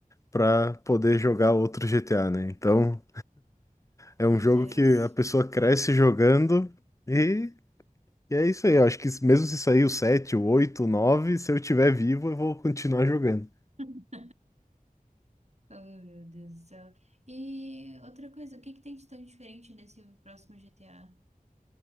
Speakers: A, on the left (about 20°); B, on the right (about 50°).
A: para poder jogar outro GTA, né? Então é
B: Meu
A: um jogo
B: Deus.
A: que a pessoa cresce jogando e. E é isso aí, eu acho que mesmo se sair o 7, o 8, o 9, se eu tiver vivo, eu vou continuar jogando.
B: <laughs> Oh, meu Deus do céu. E outra coisa, o que que tem de tão diferente nesse próximo GTA?